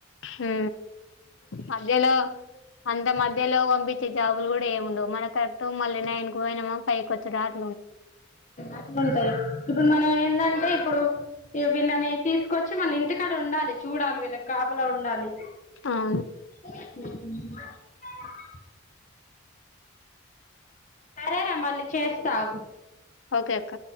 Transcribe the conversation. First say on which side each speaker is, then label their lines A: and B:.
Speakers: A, on the left; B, on the left.
A: హు మధ్యలో అంత మధ్యలో పంపిస్తే ఈ జాబ్ కూడా ఏమిండవు మన కరెక్ట్ మళ్లి నైన్ పోయినమా ఫైవ్ కోచ్చి రాత్రి
B: అట్లుంటాయి ఇప్పుడు మనం ఏందంటే ఇప్పుడు వీళ్ళని తీసుకొచ్చి మళ్ళీ ఇంటికాడ ఉండాలి చూడాలి వీళ్ళకి కాపలా ఉండాలి
A: ఆవును
B: సే సరేరా మళ్ళీ చేస్తాగు
A: ఓకే అక్క